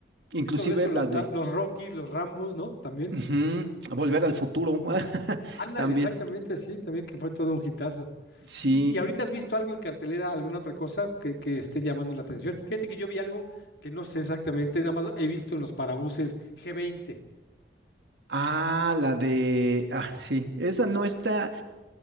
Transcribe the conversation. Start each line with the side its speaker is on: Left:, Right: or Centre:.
Right: Inclusive
Left: Y todo eso, lo-
Right: la
Left: la-
Right: de
Left: los Rocky los Rambos, ¿no? También.
Right: ujú, Volver al Futuro. <laughs>
Left: Ándale,
Right: También.
Left: exactamente así, también que fue todo un hitazo.
Right: Sí.
Left: ¿Y, y ahorita has visto algo en cartelera, alguna otra cosa que, que esté llamando la atención? Fíjate que yo vi algo que no sé exactamente, nada más he visto en los parabuses G20.
Right: Ah, la de. Ah, sí. Esa no está.